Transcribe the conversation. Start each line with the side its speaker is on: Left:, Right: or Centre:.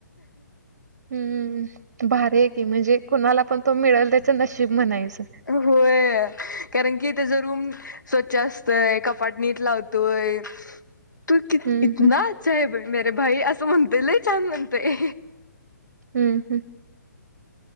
Right: हम्म भारी की म्हणजे कुणाला पण तो मिळल चं नशीब म्हणायचं
Left: होय कारण की त्याचा रूम स्वच्छ असतय कपाट नीट लावतोय तू क
Right: हम्म
Left: इतना
Right: हम्म
Left: अच्छ आहे भाई मरे भाई असं म्हणतय लय छान म्हणतोय
Right: हम्म हम्म